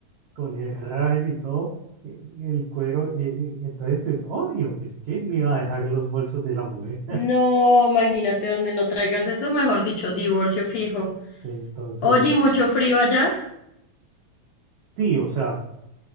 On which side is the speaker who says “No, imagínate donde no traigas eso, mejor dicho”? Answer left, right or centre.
Left